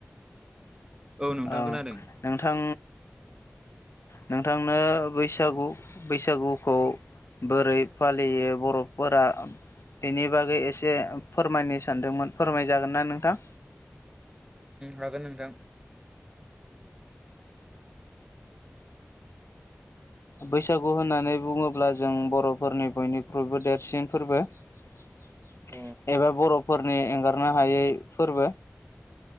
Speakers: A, on the right; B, on the left.
A: नोंथां
B: औ
A: खोनादों
B: नोंथां नोंथांनो बैसागु बैसागुखौ बोरै फालियो बर'फोरा बेनि बागै एसे फोरमायनो सानदोंमोन फोरमाय जागोन ना नोंथां
A: हागोन नोंथां
B: बैसागु होननानै बुङोब्ला जों बर'फोरनि बयनिख्रुइबो देरसिन फोरबो <unintelligible>
A: अ
B: एबा बर'फोरनि एंगारनो हायै फोरबो